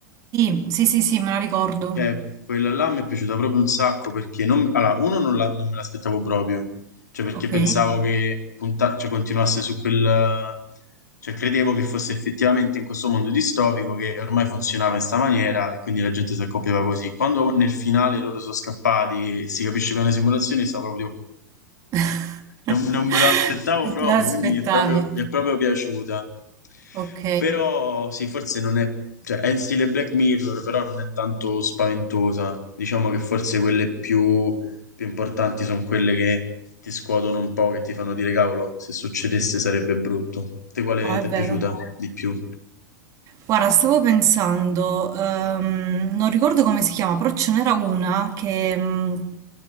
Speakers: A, on the right (about 35°); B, on the left (about 70°).
A: Sì, sì, sì, sì, me la ricordo.
B: Eh, quella là mi è piaciuta proprio un sacco perché non, allora, uno non, la- non me l'aspettavo proprio, cioè perché
A: Ok.
B: pensavo che punta- cioè, continuasse su quel, cioè credevo che fosse effettivamente in questo mondo distopico che ormai funzionava in sta maniera e quindi la gente si accoppiava così. Quando nel finale loro sono scappati e si capisce che è una simulazione, stavo proprio
A: <laughs>
B: non, non me lo aspettavo
A: Non
B: proprio,
A: te l'aspettavi.
B: quindi mi è proprio, mi è proprio piaciuta.
A: Ok.
B: Però sì, forse non è, cioè è in stile Black Mirror, però non è tanto spaventosa. Diciamo che forse quelle più, più importanti sono quelle che ti scuotono un po', che ti fanno dire cavolo, se succedesse sarebbe brutto. Te quale
A: No, è
B: ti
A: vero.
B: è piaciuta di più?
A: Guarda, stavo pensando, ehm, non ricordo come si chiama, però ce n'era una che mh,